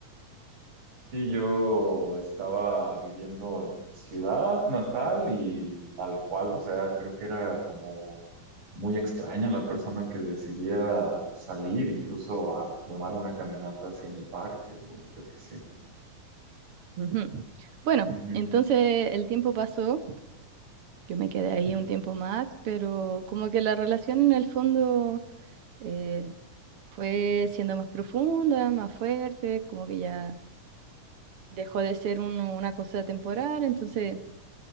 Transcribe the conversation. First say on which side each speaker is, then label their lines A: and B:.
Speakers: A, on the right; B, on the right.
A: Sí, yo estaba viviendo en mi ciudad natal y tal cual, o sea, creo que era como muy extraña la persona que decidía salir incluso a tomar una caminata así en el parque o yo qué sé.
B: Ujú. Bueno,
A: Ujú,
B: entonces el tiempo pasó, yo me quedé ahí
A: ujú,
B: un tiempo más, pero como que la relación en el fondo... eh, fue siendo más profunda, más fuerte, como que ya dejó de ser un- una cosa temporal, entonces